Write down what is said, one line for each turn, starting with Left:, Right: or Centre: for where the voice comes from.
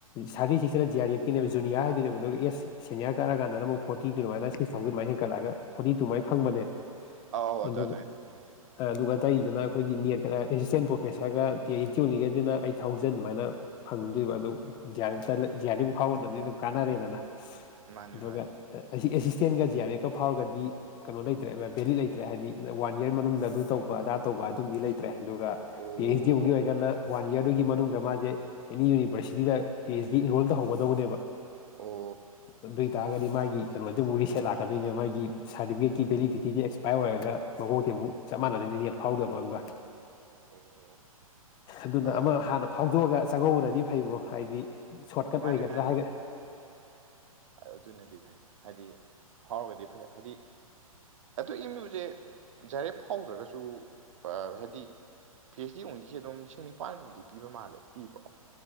Left: ꯊꯥꯔꯇꯤ ꯁꯤꯛꯁ ꯁꯤꯅ ꯖꯤ ꯑꯥ ꯑꯦꯐ ꯀꯤꯅꯦꯕ ꯖꯨꯅꯤꯌꯥ ꯍꯥꯏꯗꯨꯅꯦꯕ ꯑꯗꯨ ꯑꯦꯁ ꯁꯦꯅꯤꯌꯥꯔ ꯀꯥꯔꯛ ꯀꯥꯟꯗ ꯑꯃꯨꯀ ꯐꯣꯔꯇꯤꯇꯨ ꯑꯗꯨꯃꯥꯏꯅ ꯁꯤꯛꯁ ꯊꯥꯎꯖꯟꯃꯥꯏꯅ ꯍꯦꯟꯒꯠꯂꯛꯑꯒ ꯐꯣꯔꯇꯤꯇꯨ ꯃꯥꯏ ꯐꯪꯕꯅꯦ
Right: ꯑꯥꯎ ꯑꯗ
Left: ꯑꯗꯨ
Right: ꯑꯗꯨꯃꯥꯏꯅ ꯐꯪꯉꯦ ꯍꯥꯏꯌꯦ
Left: ꯑꯗꯨꯒ ꯑꯇꯩꯗꯨꯅ ꯑꯈꯣꯏꯒꯤ ꯅꯦꯠꯀ ꯑꯦꯁꯤꯁꯇꯦꯟ ꯄ꯭ꯔꯣꯐꯦꯁꯔꯒ P H D eight thousand ꯑꯗꯨꯃꯥꯏꯅ ꯐꯪꯗꯣꯏꯕ ꯑꯗꯨ ꯖꯤ ꯑꯥꯔ ꯑꯥꯐ ꯐꯥꯎ ꯑꯗꯨꯝ ꯀꯥꯟꯅꯔꯦꯗꯅ
Right: ꯃꯥꯅꯦ
Left: ꯑꯗꯨꯒ
Right: ꯃꯥꯅꯦ
Left: ꯇꯦꯟꯒ ꯖꯤ ꯑꯥꯔ ꯑꯦꯒꯀ ꯐꯥꯎꯔꯒꯗꯤ ꯀꯩꯅꯣ ꯂꯩꯇ꯭ꯔꯦ ꯕꯦꯂꯤꯠ ꯂꯩꯇ꯭ꯔꯦ ꯍꯥꯏꯗꯤ ꯋꯥꯟ ꯏꯌꯥꯔ ꯃꯅꯨꯡꯗ ꯑꯗꯨ ꯇꯧꯕ ꯑꯗꯥ ꯇꯧꯕ ꯑꯗꯨꯝꯗꯤ ꯂꯩꯇ꯭ꯔꯦ ꯑꯗꯨꯒ
Right: ꯑꯣ
Left: ꯄꯤ ꯑꯩꯆ ꯗꯤ ꯑꯣꯟꯂꯤ ꯑꯣꯏ ꯋꯥꯟ ꯌꯔꯗꯨꯒꯤ ꯃꯅꯨꯡꯗ ꯃꯥꯁꯦ ꯑꯦꯅꯤ ꯌꯨꯅꯤꯚꯔꯁꯤꯇꯤꯗ ꯄꯤ ꯑꯩꯆ ꯗꯤ ꯏꯟꯔꯣꯜ ꯇꯧꯍꯧꯗꯧꯕꯅꯦꯕ
Right: ꯑꯣ
Left: ꯑꯗꯨꯏ ꯇꯥꯔꯒꯗꯤ ꯃꯥꯒꯤ ꯀꯩꯅꯣꯁꯦ ꯑꯃꯨꯛ ꯔꯤꯁꯦꯠ ꯂꯥꯛꯀꯗꯣꯏꯅꯦꯕ ꯃꯥꯒꯤ ꯁꯥꯔꯇꯤꯐꯤꯀꯦꯠꯀꯤ ꯕꯦꯂꯤꯗꯤꯇꯤ ꯑꯦꯛꯁꯄꯥꯌꯔ ꯑꯣꯏꯔꯒ ꯃꯀꯣꯛꯇꯩ ꯑꯃꯨꯛ ꯆꯞ ꯃꯥꯟꯅꯗꯣꯏꯅꯤ ꯅꯦꯠ ꯐꯥꯎꯗꯕ ꯑꯃꯒ
Right: ꯑꯣ
Left: ꯑꯗꯨꯅ
Right: ꯍꯣꯏ ꯑꯗꯨꯃꯥꯏꯅ
Left: ꯑꯃ ꯍꯥꯟꯅ
Right: ꯈꯜꯂꯦ
Left: ꯐꯥꯎꯗꯣꯛꯑꯒ
Right: ꯑꯝꯇ
Left: ꯆꯡꯍꯧꯕꯅꯗꯤ ꯐꯩꯕꯣ ꯍꯥꯏꯗꯤ ꯁꯣꯔꯠꯀꯠ
Right: ꯃꯥꯅꯦ
Left: ꯑꯣꯏꯒꯗ꯭ꯔꯥ
Right: ꯃꯥꯅꯦ
Left: ꯍꯥꯏꯒ
Right: ꯑꯗꯨꯅꯗꯤ ꯐꯩ ꯍꯥꯏꯗꯤ ꯐꯥꯎꯔꯒꯗꯤ ꯐꯩ ꯍꯥꯏꯗꯤ ꯑꯗꯨ ꯑꯦꯝꯌꯨꯖꯦ ꯖꯤ ꯑꯔ ꯑꯦꯞ ꯐꯥꯎꯗ꯭ꯔꯒꯁꯨ ꯑꯥ ꯍꯥꯏꯗꯤ ꯄꯤ ꯑꯩꯁ ꯑꯣꯡꯂꯤꯁꯦ ꯑꯗꯨꯝ ꯂꯤꯁꯤꯡ ꯅꯤꯄꯥꯟꯒꯨꯝꯕꯗꯤ ꯄꯤꯕ ꯃꯥꯜꯂꯦ ꯄꯤ꯭ꯔꯣ